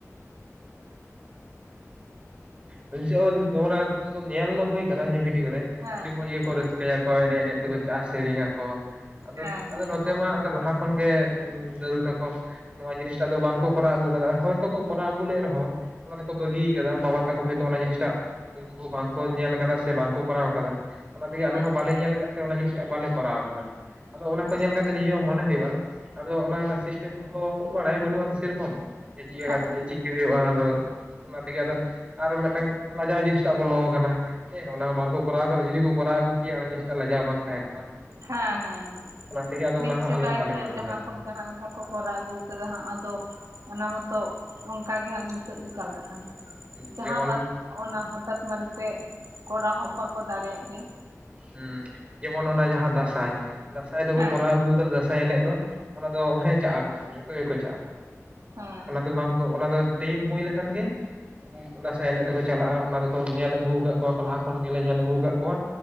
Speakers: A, on the right (about 20°); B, on the right (about 80°).
A: ᱟᱞᱤᱧ ᱥᱮᱫ ᱦᱚᱸ ᱚᱱᱟ ᱠᱚ ᱧᱮᱞ ᱫᱚ ᱦᱩᱭ ᱠᱟᱱᱟ ᱵᱷᱤᱰᱭᱳ ᱨᱮ
B: ᱦᱮᱸ
A: ᱟᱹᱰᱤ ᱢᱚᱸᱡᱽ ᱜᱮ
B: ᱦᱮᱸ
A: ᱠᱚ ᱨᱟᱹᱥ ᱠᱟᱹᱭᱟᱠᱚ ᱮᱱᱮᱡ ᱮᱱᱮᱡ ᱛᱮᱠᱚ ᱪᱟᱜᱼᱟ ᱥᱮᱨᱮᱧ ᱟᱠᱚ, ᱟᱫᱚ
B: ᱦᱮᱸ
A: ᱟᱫᱚ
B: ᱦᱮᱸ
A: ᱱᱚᱛᱮ ᱢᱟ ᱞᱟᱦᱟ ᱠᱷᱚᱱ ᱜᱮ ᱩᱸ ᱫᱟᱫᱩ ᱛᱟᱠᱚ ᱱᱚᱣᱟ ᱡᱤᱱᱤᱥ ᱴᱟᱜ ᱫᱚ ᱵᱟᱝ ᱠᱚ ᱠᱚᱨᱟᱣ ᱟᱹᱜᱩ ᱠᱟᱫᱟ ᱦᱚᱭᱛᱳ ᱠᱚᱨᱟᱣ ᱟᱹᱜᱩ ᱞᱮᱫ ᱨᱮᱦᱚᱸ ᱚᱱᱟ ᱛᱮᱠᱚ ᱵᱟᱹᱜᱤ ᱠᱟᱫᱟ, ᱵᱟᱵᱟ ᱛᱟᱠᱚ ᱦᱳᱭᱛᱳ ᱚᱱᱟ ᱡᱤᱱᱤᱥᱴᱟᱜ ᱩᱱᱠᱩ ᱦᱚᱸ ᱵᱟᱝᱠᱚ ᱧᱮᱞ ᱠᱟᱫᱟ ᱥᱮ ᱵᱟᱝᱠᱚ ᱠᱚᱨᱟᱣ ᱠᱟᱫᱟ᱾ ᱚᱱᱟ ᱛᱮᱜᱮ
B: ᱦᱮᱸ
A: ᱟᱞᱮ ᱦᱚᱸ ᱵᱟᱞᱮ ᱧᱮᱞ ᱠᱟᱫ ᱛᱮ ᱚᱱᱟ ᱡᱤᱱᱤᱥ ᱴᱟᱜ ᱵᱟᱞᱮ ᱠᱚᱨᱟᱣ ᱠᱟᱫᱟ᱾ ᱟᱫᱚ ᱚᱱᱟ
B: ᱟᱪᱪᱷᱟ
A: ᱠᱚ ᱧᱮᱞ ᱠᱟᱛᱮ ᱱᱤᱡᱮ ᱦᱚᱸ ᱢᱚᱱᱮ ᱦᱩᱭᱩᱜᱼᱟ, ᱟᱫᱚ ᱚᱱᱟ ᱨᱮᱱᱟᱜ ᱥᱤᱥᱴᱮᱢ ᱠᱚᱦᱚᱸ ᱵᱟᱲᱟᱭ ᱵᱟᱹᱱᱩᱜᱼᱟᱛᱚ ᱥᱮᱨᱚᱠᱚᱢ ᱪᱮᱫ
B: ᱦᱮᱸ
A: ᱠᱟᱛᱮ ᱪᱮᱫ ᱪᱤᱠᱟᱹ ᱦᱩᱭᱩᱜᱼᱟ ᱟᱫᱚ᱾ ᱚᱱᱟ ᱛᱮᱜᱮ ᱟᱫᱚ ᱟᱨ ᱢᱤᱫᱴᱟᱝ ᱞᱟᱡᱟᱣ ᱡᱤᱱᱤᱥᱴᱟᱜ ᱵᱚᱞᱚ ᱠᱟᱱᱟ᱾ ᱦᱮᱸ ᱚᱱᱟ ᱵᱟᱝᱠᱚ ᱠᱚᱨᱟᱣ ᱠᱟᱫᱟ ᱡᱩᱫᱤ ᱠᱚᱨᱟᱣ ᱟᱹᱜᱩ ᱠᱮᱭᱟ ᱚᱱᱟ ᱡᱤᱱᱤᱥᱴᱟ ᱞᱟᱡᱟᱣ ᱵᱟᱝ ᱛᱟᱦᱮᱸ ᱠᱚᱜᱼᱟ᱾
B: ᱦᱮᱸ ᱦᱮᱸ ᱦᱮ
A: ᱚᱱᱟ ᱛᱮᱜᱮ ᱟᱫᱚ
B: ᱢᱤᱫ
A: ᱚᱱᱟ ᱦᱚᱸ
B: ᱥᱮᱫᱟᱭ
A: ᱟᱞᱮ ᱵᱟᱞᱮ
B: ᱠᱷᱚᱭᱟᱜ
A: ᱠᱚᱨᱟᱣ
B: ᱡᱟᱦᱟᱸ ᱠᱚ ᱡᱟᱦᱟᱸ ᱞᱮᱠᱟ ᱠᱚ ᱠᱚᱨᱟᱣ ᱟᱹᱜᱩ ᱠᱟᱫᱟ ᱦᱟᱸᱜ ᱟᱫᱚ ᱚᱱᱟ ᱢᱚᱛᱚ ᱚᱱᱠᱟ ᱜᱮ ᱦᱟᱸᱜ ᱱᱤᱛᱳ ᱫᱚ ᱪᱟᱞᱟᱜ ᱠᱟᱱᱟ᱾
A: ᱫᱟᱲᱮᱭᱟᱜᱼᱟ
B: ᱡᱟᱦᱟᱸ
A: ᱡᱮᱢᱚᱱ
B: ᱵᱟᱛ ᱚᱱᱟ ᱦᱚᱴᱟᱛ ᱢᱟᱨᱮ ᱛᱮ ᱠᱚᱨᱟᱣ ᱦᱚᱸ ᱵᱟᱠᱚ ᱫᱟᱲᱮᱭᱟᱜ ᱜᱮᱭᱟ᱾
A: ᱦᱩᱸ ᱡᱮᱢᱚᱱ ᱚᱱᱟ ᱡᱟᱦᱟᱸ ᱫᱟᱹᱥᱟᱭ ᱫᱟᱹᱥᱟᱭ ᱫᱚᱠᱚ
B: ᱦᱮᱸ
A: ᱠᱚᱨᱟᱣ ᱟᱹᱜᱩ ᱫᱟᱸᱥᱟᱭ ᱮᱱᱮᱡ ᱫᱚ ᱚᱱᱟ ᱫᱚ ᱦᱮᱸ ᱪᱟᱜ ᱟᱠᱚ ᱡᱚᱛᱚ ᱜᱮᱠᱚ ᱪᱟᱜᱼᱟ,
B: ᱦᱮᱸ
A: ᱚᱱᱟ ᱫᱚ ᱵᱟᱝ ᱛᱚ ᱚᱱᱟ ᱫᱚ ᱴᱟᱹᱭᱤᱢ ᱦᱳᱭ ᱞᱮᱠᱷᱟᱱ ᱜᱮ ᱩᱸ ᱫᱟᱸᱥᱟᱭ ᱮᱱᱮᱡ ᱫᱚᱠᱚ ᱪᱟᱞᱟᱜᱼᱟ, ᱚᱱᱟ ᱫᱚᱠᱚ ᱧᱮᱞ ᱟᱹᱜᱩ ᱠᱟᱫ ᱠᱚᱣᱟ ᱠᱚ ᱞᱟᱦᱟ ᱠᱷᱚᱱ ᱜᱮᱞᱮ ᱧᱮᱞ ᱟᱹᱜᱩ ᱠᱟᱫ ᱠᱚᱣᱟ,